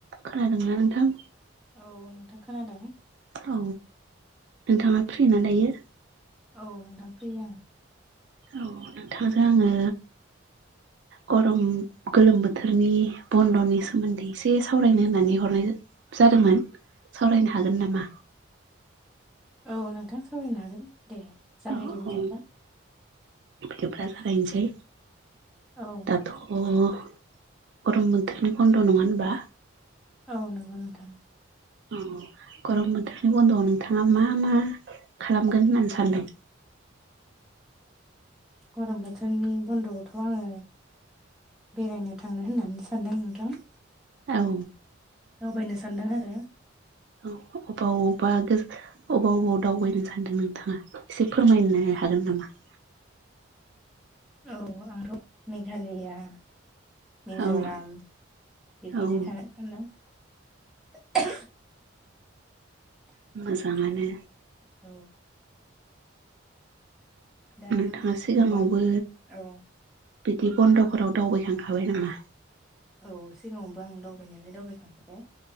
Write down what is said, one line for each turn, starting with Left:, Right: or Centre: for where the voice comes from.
Right: खोनादोंना नोंथां
Centre: औ नोंथां खोनादों
Right: औ नोंथाङा फ्रि ना दायो
Centre: औ नोंथां फ्रि आंनो
Right: औ नोंथांजों आङो गरम गोलोम बोथोरनि बन्द'नि सोमोन्दै एसे सावरायनो होननानै हरनाय जा जादोंमोन सावरायनो हागोन नामा?
Centre: औ नोंथां सावरायनो हागोन दे जागायदो
Right: औ
Centre: बिदिब्ला
Right: औ बिदिब्ला जागायनोसै
Centre: औ
Right: दाथ' गरम बोथोरनि खन्द' नङा होनबा
Centre: औ नंगौ नोंथां।
Right: औ गरम बोथोरनि बन्द'आव नोंथाङा मा मा खालामगोन होननानै सानदों।
Centre: गरम बोथोरनि बन्द'आवथ' आङो बेरायनो थांनो होननानै सा सान्दों नोंथां।
Right: औ
Centre: दावबायनो सानदों आरो
Right: औ अबावबा गोज अबाव अबाव दावबायनो सानदों नोंथाङा एसे फोरमायनो हागोन नामा? <inaudible>
Centre: औ आंथ' मेघालया, मिज'राम
Right: औ
Centre: बेखैसो
Right: औ
Centre: थांनो सानदों।
Right: मोजाङानो
Centre: औ दा
Right: नोंथाङा
Centre: होनब्ला
Right: सिगाङावबो
Centre: औ
Right: बिदि बन्द'फोराव दावबाय खांखाबाय नामा?
Centre: औ सिगाङावबो आं दावबाय नायालाय दावबाय खांबाय।